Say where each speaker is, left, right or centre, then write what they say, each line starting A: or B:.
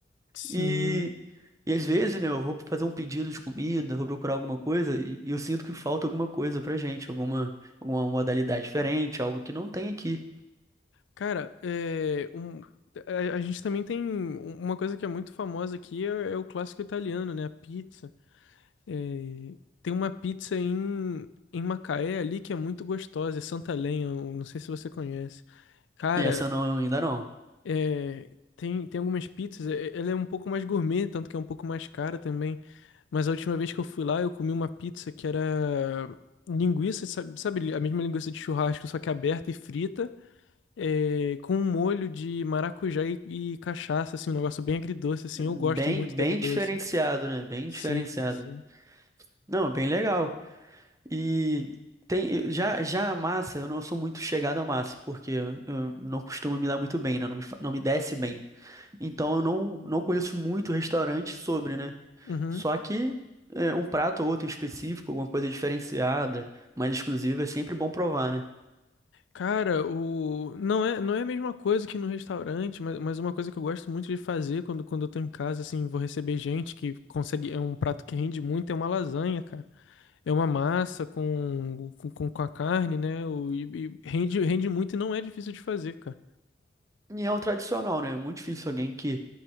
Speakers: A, on the left (about 80°); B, on the right (about 15°).
A: sim.
B: E E às vezes, né, eu vou fazer um pedido de comida, vou procurar alguma coisa e e eu sinto que falta alguma coisa pra gente, alguma, alguma modalidade diferente, algo que não tem aqui.
A: Cara, é, um- a, a gente também tem um- uma coisa que é muito famosa aqui, é, é o clássico italiano, né? A pizza. É, tem uma pizza em, em Macaé ali que é muito gostosa, é Santa Lenha, eu não sei se você conhece. Cara,
B: E essa não, ainda não.
A: é, tem, tem algumas pizzas, é- ela é um pouco mais gourmet, tanto que é um pouco mais cara também. Mas a última vez que eu fui lá, eu comi uma pizza que era linguiça, sabe, sabe a mesma linguiça de churrasco, só que aberta e frita é, com um molho de maracujá e, e cachaça, assim, um negócio bem agridoce, assim.
B: Bem,
A: Eu gosto muito
B: bem
A: do agridoce.
B: diferenciado, né? Bem
A: Sim,
B: diferenciado.
A: sim.
B: Não, bem legal. E tem, já, já a massa, eu não sou muito chegado à massa, porque eu não costumo me dar muito bem, né? Não me, fa- não me desce bem. Então eu não, não conheço muito restaurante sobre, né?
A: Uhum.
B: Só que é, um prato ou outro em específico, alguma coisa diferenciada, mais exclusiva, é sempre bom provar, né?
A: Cara, o... não é, não é a mesma coisa que no restaurante, mas, mas uma coisa que eu gosto muito de fazer quando, quando eu tô em casa, assim, vou receber gente que consegue. É um prato que rende muito, é uma lasanha, cara. É uma massa com, com, com com a carne, né? O- E, e rende, rende muito e não é difícil de fazer, cara.
B: E é um tradicional, né? É muito difícil alguém que